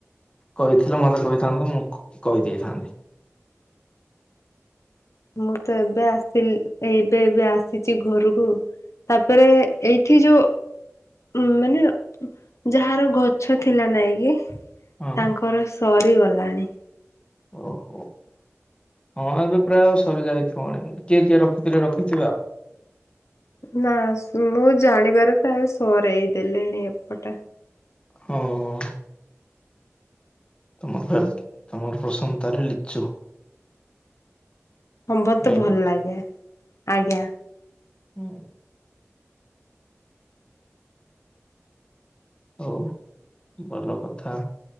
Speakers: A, on the left; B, on the left.
A: କହିଥିଲେ ମତେ କହିଥାନ୍ତୁ, ମୁଁ କହିଦେଇଥାନ୍ତି।
B: <inaudible> ମୁଁ ତ ଏବେ ଆସିଲି, ଏଇ ଏବେ ଏବେ ଆସିଛି ଘରକୁ। ତାପରେ ଏଇଠି ଯୋଉ ମାନେ ଯାହାର ଗଛ ଥିଲା ନାଇଁ କି?
A: ହଁ
B: ତାଙ୍କର ସରିଗଲାଣି।
A: ଓହୋ ହଁ ଏବେ ପ୍ରାୟ ସରିଯାଇଥିବଣି କିଏ କିଏ ରଖିଥିଲେ ରଖିଥିବେ ଆଉ।
B: ନାଁ ମୁଁ ଜାଣିବାରେ ପ୍ରାୟ ସରେଇ ଦେଲେଣି ଏପଟା।
A: ହଁ ଅ। ତମର <unintelligible> ତମର ପ୍ରସନତା ରେ ଲିଚୁ।
B: ହଁ ମତେ
A: ନାଇଁ
B: ଭଲ
A: କି?
B: ଲାଗେ ଆଜ୍ଞା।
A: ହୁଁ। ହଉ ଭଲ କଥା।